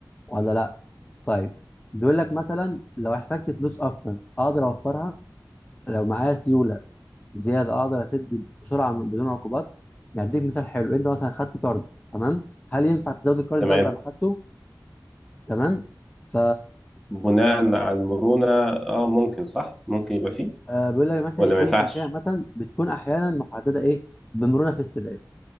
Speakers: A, on the left; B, in the centre.
A: ولا لا طيب بيقول لك مثلا لو احتجت فلوس اكتر اقدر اوفرها لو معايا سيوله زياده اقدر اسد بسرعه بدون عقوبات يعني اديك مثال حلو انت مثلا خدت كارد تمام هل ينفع تزود الكارد
B: تمام
A: ده بعد ما خدته تمام ف
B: بناء على المرونة اه ممكن صح ممكن يبقى فيه
A: آه، بيقول لك مثلا
B: ولا
A: الكروت
B: ما ينفعش
A: البنكيه عامه بتكون احيانا محدده ايه بمرونه في السداد